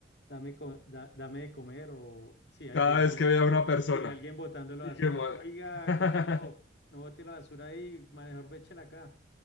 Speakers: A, on the left (about 60°); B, on the left (about 80°).
A: dame, co- da- dame de comer, o si hay-
B: cada
A: ve a
B: vez
A: alguien,
B: que veía a una persona.
A: si ve a alguien botando la
B: Y
A: basura,
B: que, madre.
A: oiga,
B: <laughs>
A: cochino, no bote la basura ahí, mejor véchela acá,